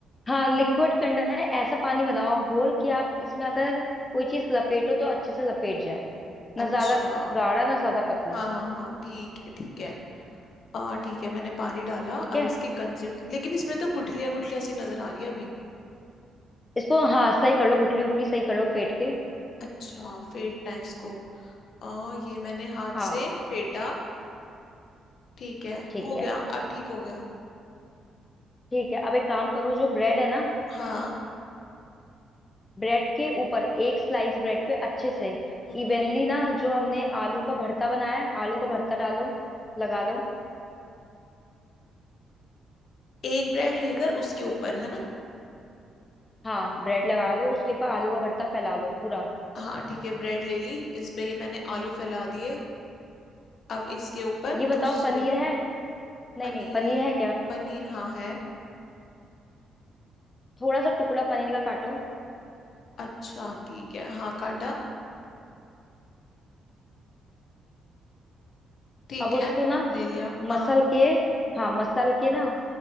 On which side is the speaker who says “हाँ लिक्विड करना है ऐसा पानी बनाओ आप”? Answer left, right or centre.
Left